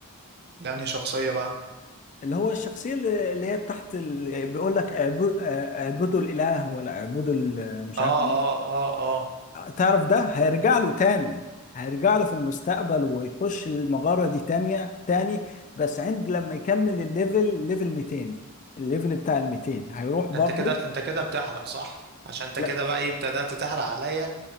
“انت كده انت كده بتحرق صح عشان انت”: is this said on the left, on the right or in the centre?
Right